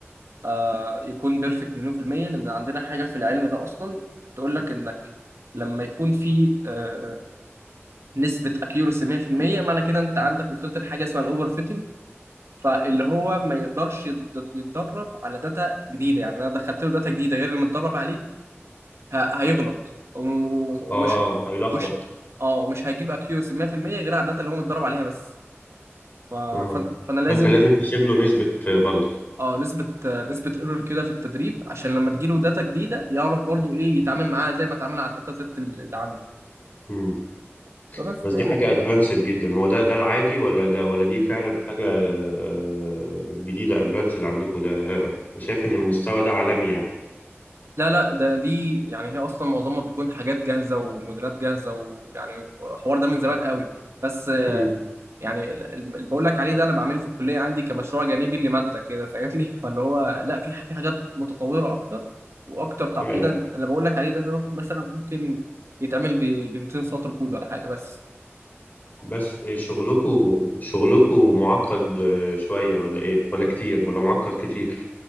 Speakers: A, on the right; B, on the left.
A: آه يكون بيرفكت مليون في الميه لان عندنا حاجه في العلم ده اصلا تقول لك انك لما يكون في آه نسبه اكيورسي 100% معنى كده انت عندك وصلت لحاجه اسمها الاوفر فيتنج، فاللي هو ما يقدرش يت- يتدرب على داتا جديده يعني انا دخلت له داتا جديده غير اللي متدرب عليه ه- هيغلط و-
B: اه
A: ومش
B: هيلخبط
A: مش اه مش هيجيب اكيورسي 100% غير على الداتا اللي هو متدرب عليها بس ف... ف...
B: اه
A: فانا لازم
B: فأنت لازم تسيب له نسبة غلط
A: اه نسبه آه، نسبه ايرور كده في التدريب عشان لما تجيله داتا جديده يعرف برضو ايه يتعامل معاها زي ما اتعامل على الداتا سيت اللي عنده
B: مم.
A: فبس
B: بس
A: هي
B: دي
A: بتكون
B: حاجة أدفانسد جدا هو ده ده العادي ولا ده ولا دي فعلا حاجة آه، جديدة أدفانسد عندكم ده آه، شايف إن المستوى ده عالمي يعني
A: لا لا ده دي يعني هي اصلا معظمها بتكون حاجات جاهزه وموديلات جاهزه ويعني الحوار ده من زمان قوي بس
B: مم.
A: يعني ال- ال- اللي بقول لك عليه ده انا بعمله في الكليه عندي كمشروع جانبي لماده كده فاهمني <laughs> فاللي هو لا في في حاجات متطوره اكتر واكتر تعقيدا
B: yeah.
A: اللي بقول لك عليه ده بقى مثلا ممكن يتعمل ب ب 200 سطر كود ولا حاجه بس
B: بس إيه، شغلكوا شغلكوا معقد آه، شوية ولا إيه ولا كتير ولا معقد كتير